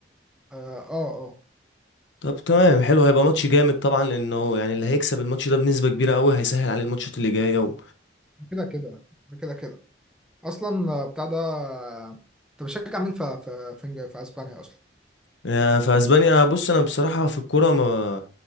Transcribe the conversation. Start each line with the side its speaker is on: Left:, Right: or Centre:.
Centre: اه اه آه.
Left: طب تمام حلو هيبقى ماتش جامد طبعا لانه يعني اللي هيكسب الماتش ده بنسبة كبيرة قوي هيسهل عليه الماتشات اللي جاية و...
Centre: كده كده كده كده اصلا آه، بتاع ده آه، انت بتشجع مين في في في, في اسبانيا اصلا
Left: آه، فاسبانيا بص انا بصراحة في الكورة ما